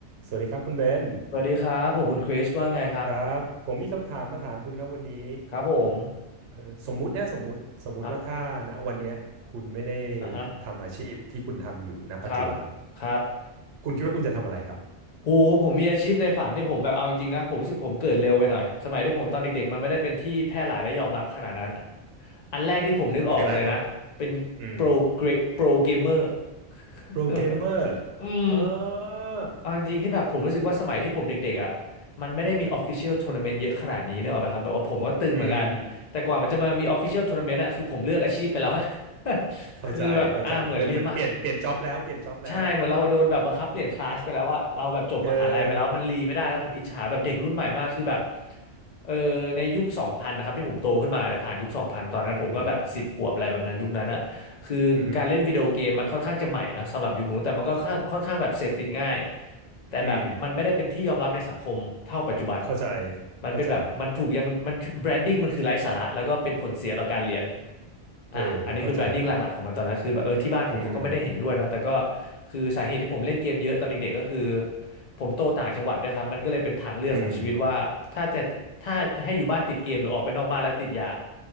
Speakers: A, on the right; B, on the left.
A: สวัสดีครับคุณเบน
B: สวัสดีครับผมคุณคริสว่าไงครับ
A: ครับผมมีคำถามมาถามคุณครับวันนี้
B: ครับผม
A: เอ่อสมมุตินะสมมุติสมมุติว่าถ้าณวันเนี้ยคุณไม่ได้
B: ครับอ่าฮะ
A: ทำอาชีพที่คุณทำอยู่ณปัจจุบัน
B: ครับครับ
A: คุณคิดว่าคุณจะทำอะไรครับ
B: หูผมมีอาชีพในฝันที่ผมแบบเอาจริงๆนะผมรู้สึกผมเกิดเร็วไปหน่อยสมัยที่ผมตอนเด็กๆมันไม่ได้เป็นที่แพร่หลายและยอมรับขนาดนั้นอะอันแรกที่ผมนึกออกเลยนะเป็นโปรเกรโปรเกมเมอร์
A: คืออะไรครับอืม
B: <laughs>
A: โปรแกรมเมอร์
B: อืม
A: เออ
B: เอาจริงๆที่แบบผมรู้สึกว่าสมัยที่ผมเด็กๆอ่ะมันไม่ได้มี official tournament เยอะขนาดนี้เนกอะไหมครับแบบว่าผมก็ตึงเหมือนกัน
A: อืม
B: แต่กว่ามันจะมามี official tournament อะคือผมเลือกอาชีพไปแล้ว <laughs>
A: เข้าใจเข้าใจเหมือนเหมือนเปลี่ยนเปลี่ยนจ็อบแล้วเปลี่ยนจ็อบแล้วอ่ะ
B: คือแบบอ่าเหมือนเรียนมาใช่เหมือนเราโดนแบบบังคับเปลี่ยนคลาสไปแล้วอะเราแบบจบมหาลัยไปแล้วมันรีไม่ได้แล้วผมอิจฉาแบบเด็กรุ่นใหม่มากคือแบบ
A: เออ
B: เออในยุคสองพันนะครับที่ผมโตขึ้นมาเนี่ยผ่านยุคสองพันตอนนั้นผมก็แบบสิบขวบอะไรแบบนั้นยุคนั้นอะ
A: อืม
B: คือการเล่นวิดีโอเกมมันค่อนข้างจะใหม่นะสำหรับยุคนู้นแต่มันก็ค่อนข้างค่อนข้างแบบเสพติดง่าย
A: อืมอฮึ
B: แต่แบบมันไม่ได้เป็นที่ยอมรับในสังคมเท่าปัจจุบัน
A: อืมเข้าใจ
B: มันเป็นแบบมันถูกยังมันแบรนดิ้งมันคือไร้สาระแล้วก็เป็นผลเสียต่อการเรียน
A: เข้าใจ
B: อ่ะอันนี้คือแบรนดิ้งหลักๆของมันตอนนั้นคือแบบเออที่บ้านผมเขาก็ไม่ได้เห็นด้วยนะแต่ก็
A: เออเข้าใจอืม
B: คือสาเหตุที่ผมเล่นเกมเยอะตอนเด็กๆก็คือผมโตต่างจังหวัดด้วยครับมันก็เลยเป็นทางเลือกของชีวิตว่าถ้าจะถ้าจะให้อยู่บ้านติดเกมหรือออกไปนอกบ้านแล้วติดยา
A: อืม